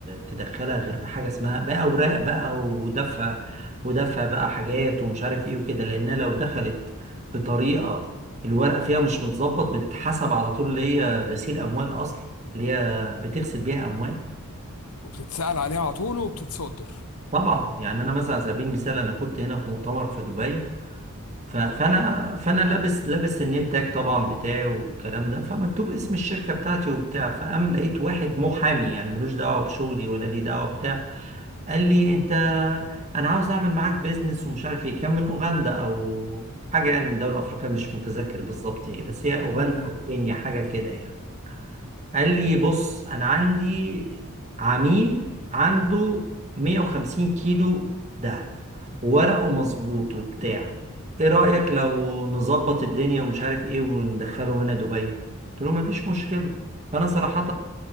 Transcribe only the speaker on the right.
تدخلها غير بحاجه اسمها بقى اوراق بقى ودفع ودفع بقى حاجات ومش عارف ايه وكده لانها لو دخلت بطريقه الورق فيها مش متظبط بتتحسب على طول اللي هي غسيل اموال اصلا اللي هي بتغسل بيها اموال
طبعا يعني انا مثلا على سبيل المثال انا كنت هنا في مؤتمر في دبي ف- فانا فانا لابس لابس النيم تاج طبعا بتاعي والكلام ده فمكتوب اسم الشركه بتاعتي وبتاع فقام لقيت واحد محامي يعني ملوش دعوه بشغلي ولا ليه دعوه بتاع قال لي انت انا عاوز اعمل معاك بيزنس ومش عارف ايه كان من اوغندا او حاجه يعني من دوله افريقيه مش متذكر بالظبط ايه بس هي اوغندا
او
كينيا حاجه كده يعني قال لي بص انا عندي عميل عنده 150 كيلو وورقه مظبوط وبتاع ايه رأيك لو نظبط الدنيا ومش عارف ايه وندخله هنا دبي قلت له مفيش مشكلة فانا صراحة